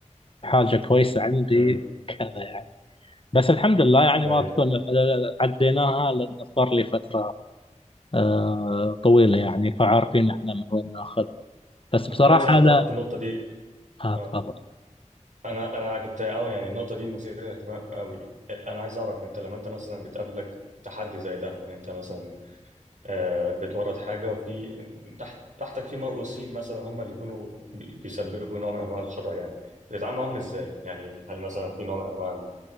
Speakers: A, on the left; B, on the right.
A: حاجة كويسة عندي
B: امم
A: كذا يعني بس الحمد لله يعني
B: أيوه
A: ما تكون عديناها لأن صار لي فترة آه، طويلة يعني فعارفين احنا من وين ناخذ بس
B: طب
A: بصراحة
B: كويس إنك
A: أنا
B: طرحت النقطة دي
A: آه
B: آه.
A: تفضل
B: انا انا كنت اه يعني النقطه دي مثيره للاهتمام قوي انا عايز اعرف انت لما انت مثلا بتقابلك تحدي زي ده ان انت مثلا آه، بتورط حاجه وفي تحت تحتك في مرؤوسين مثلا هم اللي يكونوا بي- بيسببوا نوع من انواع الخطا يعني بتتعامل معاهم ازاي يعني هل مثلا في نوع من انواع